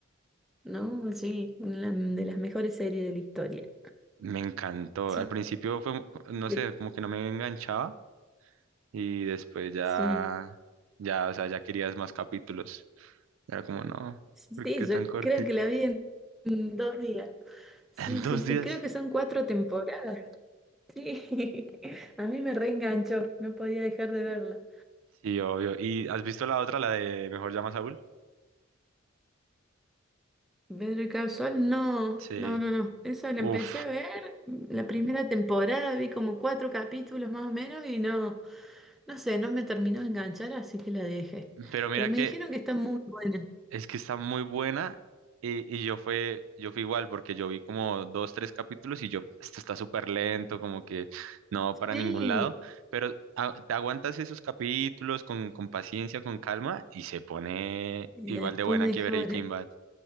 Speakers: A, in the centre; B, on the right.
A: ¿No? Sí, una de las mejores series de la historia.
B: Me encantó.
A: Sí,
B: Al principio fue, no
A: que-
B: sé, como que no me enganchaba y después ya,
A: sí,
B: ya, o sea, ya querías más capítulos. Era como, no,
A: sí,
B: porque es
A: yo
B: tan cortico.
A: creo que la vi en en dos días.
B: <laughs>
A: Sí,
B: En dos
A: sí, sí,
B: días.
A: creo que son cuatro temporadas. Sí, <laughs> a mí me reenganchó, no podía dejar de verla.
B: Sí, obvio. ¿Y has visto la otra, la de Mejor llama a Saúl?
A: Better Call Saul, no,
B: Sí.
A: no, no, no. Esa la
B: Uf.
A: empecé a ver, la primera temporada vi como cuatro capítulos más o menos y no, no sé, no me terminó de enganchar, así que la dejé.
B: Pero mira
A: Pero me
B: que
A: dijeron que está muy buena.
B: Es que está muy buena y, y yo fue, yo fui igual porque yo vi como dos, tres capítulos y yo, esto está súper lento, como que no va para
A: Sí,
B: ningún lado, pero a- te aguantas esos capítulos con, con paciencia, con calma y se pone
A: y
B: igual
A: después
B: de buena
A: mejora.
B: que Breaking Bad.